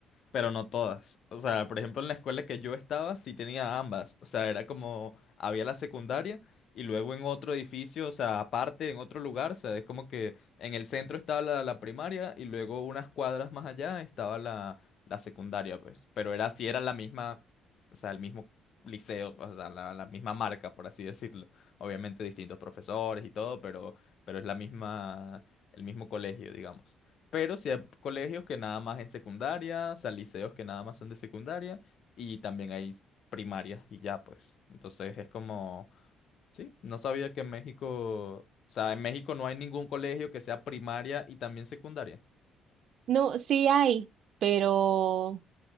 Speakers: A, on the left; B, on the right.
A: pero no todas. O sea, por ejemplo, en la escuela que yo estaba sí tenía ambas. O sea, era como, había la secundaria y luego en otro edificio, o sea, aparte, en otro lugar, o sea, es como que en el centro estaba la, la primaria y luego unas cuadras más allá estaba la, la secundaria, pues. Pero era así, era la misma, o sea, el mismo liceo, pues, o sea, la, la misma marca, por así decirlo. Obviamente distintos profesores y todo, pero, pero es la misma, el mismo colegio, digamos. Pero sí hay colegios que nada más es secundaria, o sea, liceos que nada más son de secundaria y también hay s- primarias y ya pues. Entonces es como, sí, no sabía que en México, o sea, en México no hay ningún colegio que sea primaria y también secundaria.
B: No, sí hay, pero